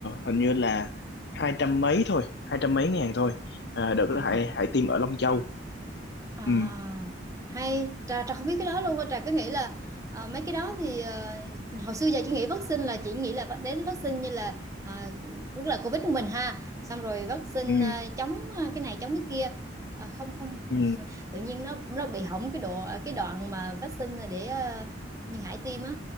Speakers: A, on the left (about 65°); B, on the right (about 20°).
A: hình như là hai trăm mấy thôi hai trăm mấy ngàn thôi à, đợt
B: ờ.
A: đó hãy hãy tiêm ở Long Châu
B: À,
A: ừ,
B: hay trà trà không biết cái đó luôn á. trà cứ nghĩ là ờ, mấy cái đó thì ờ, hồi xưa giờ chị nghĩ vaccine là chị nghĩ là vắc- đến vaccine như là à, tức là Covid của mình ha xong rồi vaccine
A: ừ,
B: à, chống à, cái này chống cái kia À, không không
A: ừ.
B: <laughs> tự nhiên nó nó bị hỏng cái độ cái đoạn mà vaccine để ờ, như Hải tiêm á